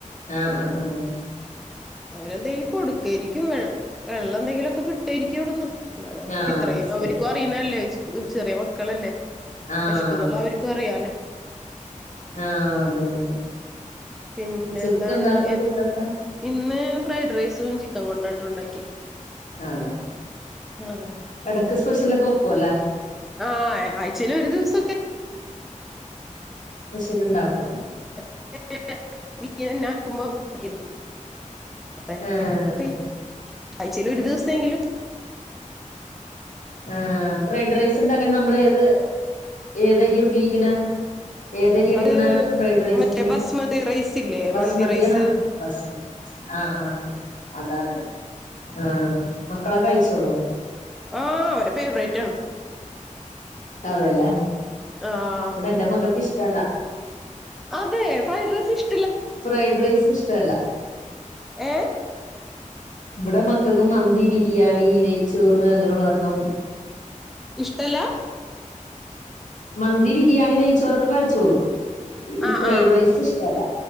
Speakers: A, on the left; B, in the centre.
A: ആഹ് ആഹ് അഹ്
B: അവരെന്തേലും കൊടുക്കേയിരിക്കും വെ വെള്ളം എന്തെങ്കിലും ഒക്കെ കിട്ടേയിരിക്കും അവിടുന്ന്. അല്ലാത
A: ആഹ്
B: ഇത്രയും
A: ബിസ്ക്കറ്റാ
B: അവരിക്കും അറിയണല്ലേ ചെറിയ മക്കളല്ലേ
A: ആഹ്
B: <unintelligible> അവരിക്കും അറിയാല്ലാ
A: ആഹ് അതന്നെ
B: പിന്നെന്താണ്
A: ഉച്ചക്കൊക്കെ എന്താർന്നു
B: എൻ
A: ഫുഡൊക്കെ
B: ഇന്ന് ഫ്രൈഡ് റൈസും ചിക്കൻ കൊണ്ടാട്ടോ ഉണ്ടാക്കി.
A: <unintelligible>
B: ആഹ്
A: എടക്ക് സ്പെഷ്യൽ ഒക്കെ വെക്കുവല്ലേ
B: ആഹ് ആഴ്ച്ചേല് ഒരു ദിവസൊക്കെ
A: സ്പെഷ്യൽ ഇണ്ടാക്കും
B: <unintelligible> അപ്പ
A: ആഹ്
B: എടക്ക് ആഴ്ച്ചേൽ ഒരു ദിവസെങ്കിലും
A: ആഹ് ഫ്രൈഡ് റൈസ്ണ്ടാക്കാൻ നമ്മള് ഏത് ഏതര്യാ ഉപയോഗിക്ക്ണേ? ഏതര്യാ ഇട്ക്ക്ണേ
B: അത്
A: ഫ്രൈഡ് റൈസിന്
B: മറ്റേ ബസ്മതി റൈസ് ഇല്ലേ
A: ബസ്മതിയാണാ
B: മന്തി റൈസ്
A: ബസ്മതി ആഹ് ആ അതാണല്ലേ ആഹ് മക്കളത് കഴിച്ചോളു <inaudible>
B: ആഹ് അവരെ ഫേവറേയ്റ്റാണ്.
A: അതെ ലാ
B: ആഹ്
A: ഇബടെൻ്റെ മക്കൾക്കിഷ്ടല്ല.
B: അതെ ഫ്രൈഡ് റൈസ് ഇഷ്
A: ഫ്രൈഡ് റൈസ് ഇഷ്ടല്ല
B: ഏഹ്
A: ഇവിടെ ക്ക് മന്തി ബിരിയാണി നെയ്ച്ചോറ് അങ്ങനെ ഉള്ളതൊക്കെ മന്തി
B: ഇഷ്ടല്ലാ
A: മന്തി ബിരിയാണി നയിച്ചോരൊക്കെ കഴിച്ചോളൂ ഈ
B: ആഹ്
A: ഫ്രൈഡ്
B: ആഹ്
A: റൈസ് ഇഷ്ടമല്ല